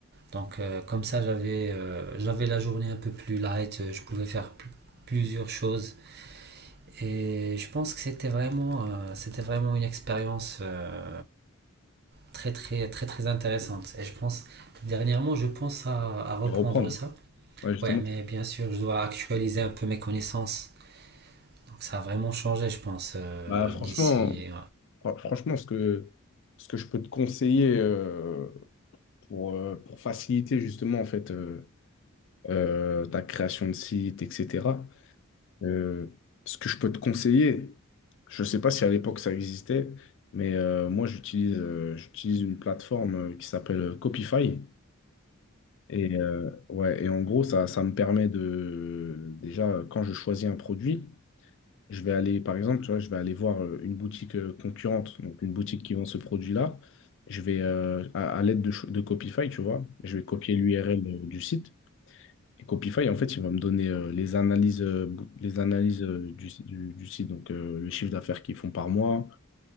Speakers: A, on the right; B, on the left.
A: Donc euh, comme ça, j'avais euh, j'avais la journée un peu plus light, euh, je pouvais faire plusieurs choses. Et je pense que c'était vraiment, euh, c'était vraiment une expérience euh, très très très très intéressante. Et je pense, dernièrement, je pense à, à reprendre
B: Et Reprendre.
A: ça.
B: Ouais, justement.
A: Ouais, mais bien sûr, je dois actualiser un peu mes connaissances. Donc ça a vraiment changé, je pense, euh,
B: Bah, franchement,
A: d'ici.
B: fr- franchement, ce que, ce que je peux te conseiller euh, pour, euh, pour faciliter justement en fait euh, euh, ta création de site, etc. euh, ce que je peux te conseiller, je ne sais pas si à l'époque ça existait, mais euh, moi j'utilise euh, j'utilise une plateforme euh, qui s'appelle Copify. Et, euh, ouais, et en gros, ça, ça me permet de déjà quand je choisis un produit. Je vais aller, par exemple, tu vois, je vais aller voir euh, une boutique euh, concurrente, donc une boutique qui vend ce produit-là. Je vais, euh, à, à l'aide de, cho- de Copify, tu vois, je vais copier l'URL euh, du site. Et Copify, en fait, il va me donner euh, les analyses, euh, bou- les analyses euh, du, si- du- du site, donc euh, le chiffre d'affaires qu'ils font par mois.